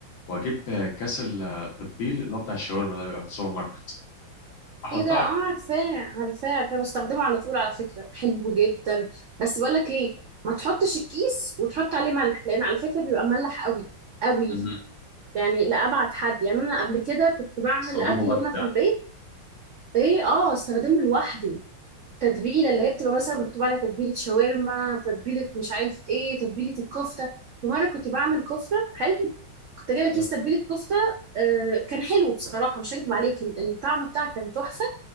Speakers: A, on the left (about 80°); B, on the right (about 75°).
A: واجيب كاس التتبيل اللي هو بتاع الشاورما ده بيبقى من السوبر ماركت احطها
B: ايه ده اه
A: على-
B: عارفاه عارفاه عارفاه بستخدمه على طول على فكرة حلو جدا بس بقول لك ايه ما تحطش الكيس وتحط عليه ملح لان على فكرة بيبقى مملح قوي قوي
A: مم.
B: يعني لأبعد حد يعني أنا قبل كده كنت بعمل
A: استخدمه
B: أكل
A: بس
B: هنا في
A: يعني
B: البيت إيه آه استخدمه لوحده تتبيلة اللي هي بتبقى مثلا مكتوب عليها تتبيلة شاورما تتبيلة مش عارف إيه تتبيلة الكفتة ومرة كنت بعمل كفتة حلو كنت جايبة كيس
A: مم.
B: تتبيلة كفتة آه كان حلو بصراحة مش هكدب عليك ال- الطعم بتاعها كان تحفة